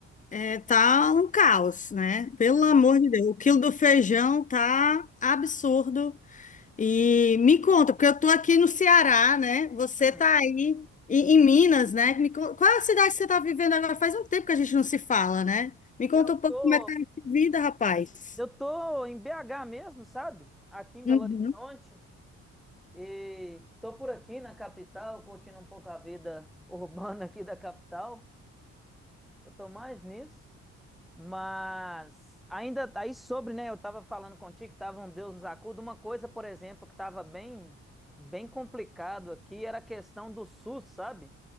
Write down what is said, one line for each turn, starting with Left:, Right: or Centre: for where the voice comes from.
Left: é, tá um caos, né? Pelo amor
Centre: Uhum,
Left: de Deus, o quilo do feijão tá absurdo. E me conta, porque eu tô aqui no Ceará, né? Você
Centre: hum.
Left: tá aí em, em Minas, né? Me con- Qual é a cidade que você tá vivendo agora? Faz um tempo que a gente não se fala, né? Me conta
Centre: Eu
Left: um pouco
Centre: tô,
Left: como é que tá a vida, rapaz.
Centre: eu tô em BH mesmo, sabe? Aqui em
Left: Uhum.
Centre: Belo Horizonte. E tô por aqui na capital, curtindo um pouco a vida <laughs> urbana aqui da capital. Eu tô mais nisso. Mas ainda tá aí sobre, né? Eu estava falando contigo que tava um Deus nos acuda. Uma coisa, por exemplo, que estava bem, bem complicado aqui era a questão do SUS, sabe?